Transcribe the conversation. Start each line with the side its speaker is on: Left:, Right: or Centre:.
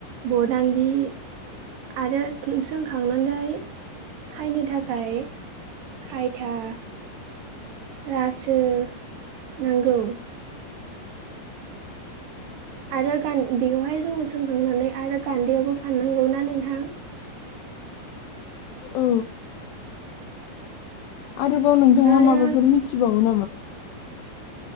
Right: बदांगि आरो सोंखांनानै खायनो थाखाय खायथा रासो नांगौ। आरो गान बेखौहाय जोङो सोंखांनानै आरो गान्दैयावबो फाननांगौ ना नोंथां?
Left: औ। आरोबाव नोंथाङा
Right: आरो
Left: माबाफोर मिथिबावो नामा?